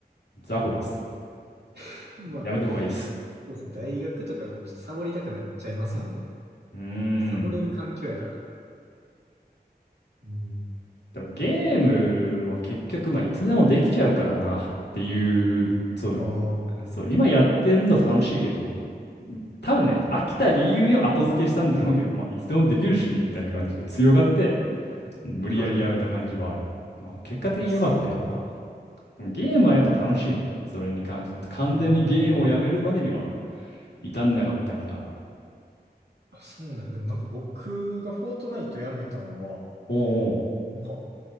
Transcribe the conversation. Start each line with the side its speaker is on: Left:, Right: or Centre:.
Left: 雑魚です。
Right: <laughs> まあ、
Left: やめた方がいいっす。
Right: そうですね。大学とかもちょっとサボりたくなっちゃいますもんね。
Left: うー
Right: サボれる環境やから。
Left: ん。
Right: うん
Left: でもゲームは結局まあいつでもできちゃうからなっていう、そう、
Right: ああ、は
Left: そう、今やってるの楽しいけど、多分ね、飽きた理由を後付けしたんだろうけど、まあ、いつでもできるし、みたいな感じで強がって、無理やりやめた感じはある。
Right: いはい。
Left: まあ、結果的に良かった、
Right: あ、そうなん。
Left: やっぱ。でもゲームはやっぱ楽しいね。それに関して。完全にゲームをやめるまでには
Right: うーん。
Left: 至んなかったから。
Right: あ、そうなんや。でもなんか僕がフォートナイトやめたのは、
Left: おー
Right: なんか、